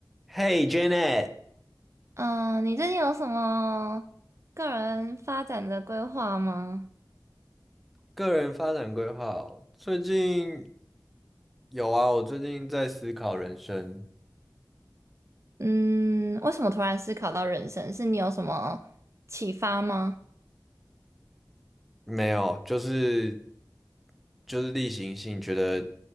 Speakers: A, in the centre; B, on the right (about 40°).
A: Hey Janet，
B: 嗯，呃你最近有什么个人发展的规划吗？
A: 个人发展规划哦最近有啊，我最近在思考人生，
B: 嗯，为什么突然思考到人生？是你有什么启发吗？
A: 没有，就是就是例行性，觉得